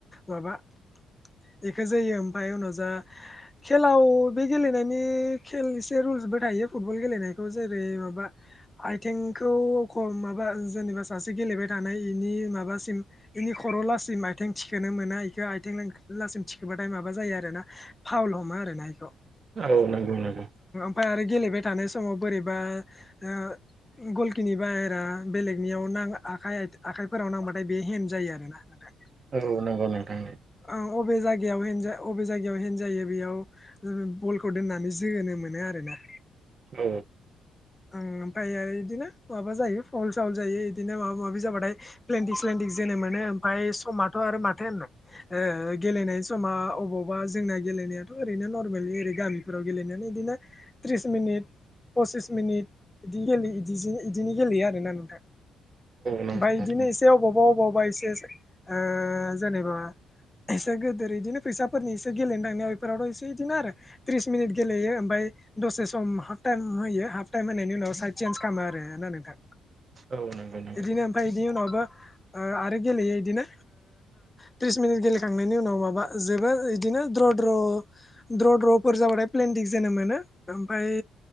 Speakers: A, on the left; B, on the right.
A: माबा बेखौ जायो ओमफफ्राय उनाव जा खेलाव बे गेलेनायनि खेल एसे रुल थायो फुटबल गेलेनायखौ जेरै माबा आथिंखौ माबा जेनेबा सासे से गेलेबाय थानाय बेनि माबासिम बेनि खर'लासिम आथिं थिखोनो मोना बेखौ आथिं लासिम थिखोबाथाय माबा जायो आरो ना फावल हमो आरोना बेखौ।
B: औ नंगौ नंगौ।
A: ओमफ्राय आरो गेलेबाय थानाय समाव बोरैबा ओ गलखिनि बाहेरा बेलेगनियाव आखाइ आखाइफोराव नांबाथाय बे हेेन जायो आरो ना नोंथां।
B: औ नंगौ नोंथां उम।
A: अबे जायगायाव हेनजायो बेयाव बलखौ दोननानै जोनो मोनो आरो। <inaudible>
B: औ।
A: ओमफ्राय आरो बिदिनो माबा जायो फावल सावल जायो इदिनो माबा माबि जाबाथाय प्लेेनटिक स्लेेनटिक जोनो मोनो ओमफ्राय समाथ' आरो माथो होननो गेलेनाय समा अबावबा जोंना गेलेनाय थ' ओरैनो नरमेलि ओरै गामिफोराव गेलेनाया इदिनो त्रिस मिनित पसिस मिनिट बिदिनो गेलेयो बिदि बिदिनो गेलेयो आरोना नोंथां।
B: नंगौ नोंथां
A: ओमफ्राय बिदिनो एसे अबावबा अबावबा एसे ओ जेनेबा एसे गोदोर इदिनो फैसाफोरनि इसे गेलेनो थांनायाव बेफोरावथ' इसे इदिनो आरो त्रिस मिनिट गेलेयो ओमफ्राय दसे सम हाफ टाइम होयो हाफ टाइम होनायनि उनाव साइद सेन्ज खालामो आरो ना नोंथां।
B: औ नंगौ नंगौ
A: बिदिनो ओमफ्राय बिनि उनावबो आरो गेलेयो बिदिनो थ्रिस मिनिट गेलेखांनायनि उनाव माबा जोबोोर बिदिनो नो दद्र द्रद्र जाबाथाय प्लेनदिक जोन मोनो ओमफफ्राय